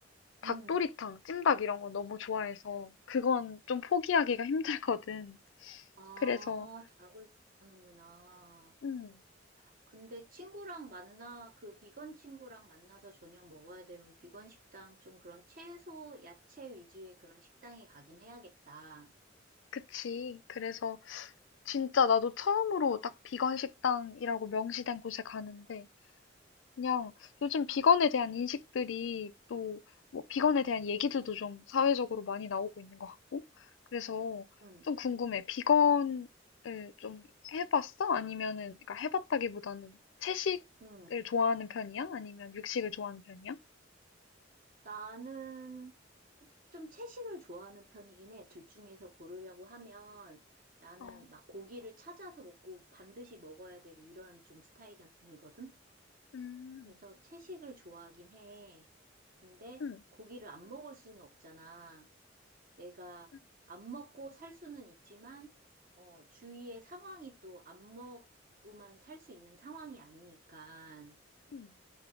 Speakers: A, on the left; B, on the right.
A: 닭도리탕,
B: 음.
A: 찜닭 이런 거 너무 좋아해서, 그건 좀 포기하기가 힘들거든.
B: 아,
A: 그래서,
B: 닭을 좋아하는구나.
A: 음,
B: 근데 친구랑 만나, 그 비건 친구랑 만나서 저녁 먹어야 되면 비건 식당 좀 그런 채소, 야채 위주의 그런 식당에 가긴 해야겠다.
A: 그치. 그래서 진짜 나도 처음으로 딱 비건 식당이라고 명시된 곳에 가는데, 그냥 요즘 비건에 대한 인식들이 또 뭐 비건에 대한 얘기들도 좀 사회적으로 많이 나오고 있는 것 같고 그래서
B: 응,
A: 좀 궁금해. 비건을 좀 해봤어? 아니면은 그러니까 해봤다기보다는 채식을
B: 응.
A: 좋아하는 편이야? 아니면 육식을 좋아하는 편이야?
B: 나는 좀 채식을 좋아하는 편이긴 해. 둘 중에서 고르려고 하면 나는
A: 어,
B: 막 고기를 찾아서 먹고 반드시 먹어야 되고 이런 좀 스타일은 아니거든?
A: 음,
B: 그래서 채식을 좋아하긴 해. 근데
A: 음,
B: 고기를 안 먹을 수는 없잖아. 내가
A: 음.
B: 안 먹고 살 수는 있지만, 어, 주위의 상황이 또 안 먹고만 살 수 있는 상황이 아니니까,
A: 음.